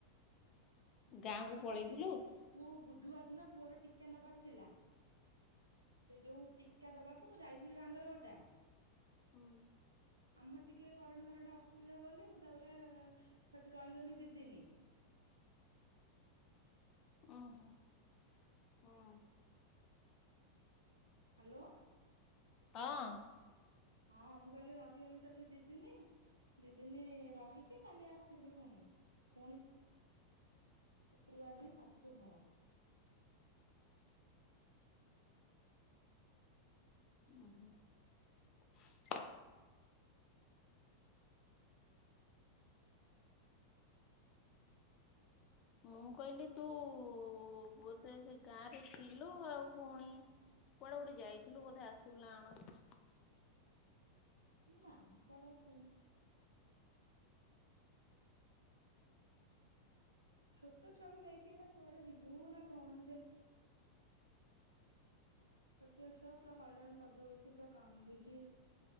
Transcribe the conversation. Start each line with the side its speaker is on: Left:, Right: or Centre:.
Right: ଗାଁରେ
Left: ଗାଁକୁ ପଳେଇଥିଲୁ
Right: ଥିଲି ମୁଁ ବୁଧବାର ଦିନ ପୁଅର ଟି ଟିକା ନବାର ଥିଲା ସେଯୋଉ ଟୀକା ଦବାକୁ ମୁଁ ଯାଇଥିଲି ବାଙ୍ଗର ଗୋଟା
Left: ହୁଁ।
Right: ଆମର ଟିକେ କରରେଣ୍ଟ ଫରେଣ୍ଟ ଅସୁବିଧା ବୋଲି ମୁଁ ତାପରେ ସେଠି ରହିଗନି ଦିଦିନି
Left: ଓହୋ ହଁ।
Right: ହାଲୋ।
Left: ହଁ।
Right: ହଁ ମୁଁ କହିଲି ରହିଗଲି ସେଠି ଦିଦିନୀ ଦି ଦିନି ରହିକି କାଲି ଆସିଲି ଫୁଣି ଫୁଣି ଶୁକ୍ରବାର ଯିମି ଶାଶୁ ଘର
Left: ଓହୋ। <inaudible>
Right: <inaudible>
Left: ମୁଁ କହିଲି ତୁବୋଧେ ସେ ଗାଁରେ ଥିଲୁ ଆଉ ଫୁଣି କୁଆଡ଼େ ଗୋଟେ ଯାଇଥିଲୁ ବୋଧେ ଆସିଲୁନା କଣ?
Right: ନା କୁଆଡ଼େ ଆଉ ଯାଇନି। ଛୋଟ ଛୁଆକୁ ନେଇକି ଏଇନା କୁଆଡ଼େ ଯିବୁନା କଣ ଯେ ଛୋଟିଏ ଛୁଆ ପୁରା ହଇରାଣ କରିଦଉଚି ପୁରା କାନ୍ଦୁଚି